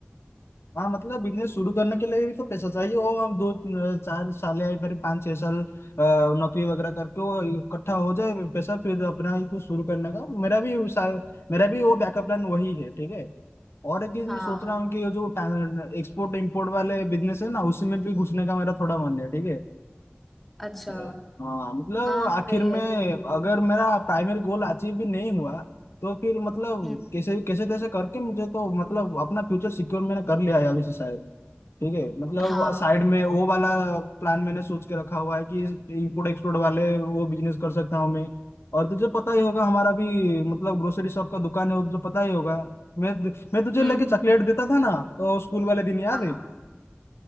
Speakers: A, on the left; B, in the centre.
A: हाँ मतलब बिजनेस शुरू करने के लिए भी तो पैसा चाहिए वो हम दो अ, चार साल या फिर पाँच छह साल अ, नौकरी वगैरह करके वो इकट्ठा हो जाए पैसा फिर अपना ही कुछ शुरू करने का मेरा भी उसा- मेरा भी वो बैकअप प्लान वही है ठीक है और एक चीज
B: हाँ
A: मैं सोच रहा हूँ कि ये जो एक्सपोर्ट इम्पोर्ट वाले बिजनेस है ना उसमें भी घुसने का मेरा थोड़ा मन है ठीक है
B: अच्छा
A: अ, हाँ मतलब
B: हाँ
A: आखिर
B: सही
A: में
B: है सही
A: अगर
B: है
A: मेरा प्राइमरी गोल अचीव भी नहीं हुआ तो फिर मतलब
B: हम्म
A: कैसे कैसे तैसे करके मुझे तो मतलब अपना फ्यूचर सिक्योर मैंने कर लिया है अभी से शायद ठीक है मतलब
B: हाँ
A: साइड में वो वाला प्लान मैंने सोच के रखा हुआ है कि इंपोर्ट एक्सपोर्ट वाले वो बिजनेस कर सकता हूँ मैं और तुझे पता ही होगा हमारा भी मतलब ग्रोसरी शॉप का दुकान है वो तुझे पता ही होगा मैं तो, मैं तुझे
B: हम्म
A: लेके
B: हम्म,
A: चॉकलेट देता था ना तो स्कूल वाले दिन याद
B: हाँ
A: है